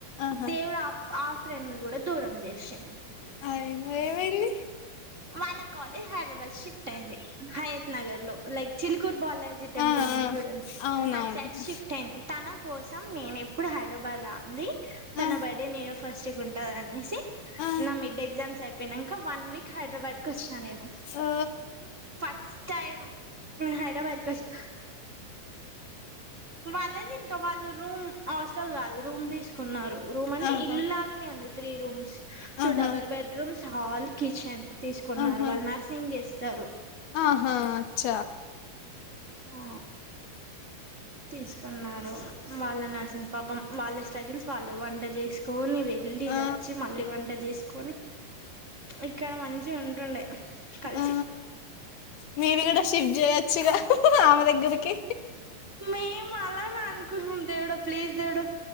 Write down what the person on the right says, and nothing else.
దేవుడు ఆ ఆ ఫ్రెండ్ ని కూడా దూరం చేశిం
వాళ్ళ కాలేజ్ హైదరాబాద్ షిఫ్ట్ అయింది హయత్ నగర్ లో లైక్ చిల్ కూరు బాలాజీ టెంపుల్
ఉంది
చూడండి
అటు సైడ్ షిఫ్ట్ అయింది తన కోసం నేను ఎప్పుడు హైదరాబాద్ రాంది తన
బర్త్డే న్యూ ఇయర్ ఫస్ట్క్ ఉంటంది అనేసి
నా మిడ్ ఎగ్జామ్స్ అయిపోయినాక వన్ వీక్ హైదరాబాద్కు వచ్చిన నేను
ఫస్ట్ టైమ్ నేను హైదరాబాద్కు వచ్చిన వాళ్ళది ఇంకా వాళ్ళ రూమ్ హాస్టల్ కాదు రూమ్ తీసుకున్నారు రూమ్ అంటే
ఇల్లు లాగానే ఉంది త్రీ రూమ్స్ టూ
double bedrooms hall kitchen తీసుకున్నారు
వాళ్ళు నర్సింగ్ చేస్త తరు
ఆ తీసుకున్నారు వాళ్ళ నర్సింగ్ పాపం వాళ్ళ స్టగిల్స్ వాళ్ళ వంట చేసుకోని వెళ్ళి
వచ్చి మళ్ళీ వంట చేసి కొనీ ఇక్కడ మంచిగా ఉంటుండే కలిసి
మేం అలా ర దేవుడా ప్లీజ దేవుడా